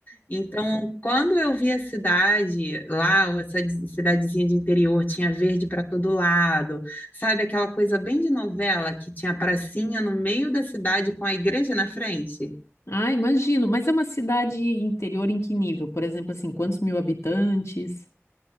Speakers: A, on the left (about 35°); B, on the left (about 70°).
A: Então, quando eu vi a cidade lá, essa d- cidadezinha de interior, tinha verde para todo lado, sabe aquela coisa bem de novela que tinha a pracinha no meio da cidade com a igreja na frente?
B: Ah, imagino. Mas é uma cidade interior em que nível? Por exemplo, assim, quantos mil habitantes?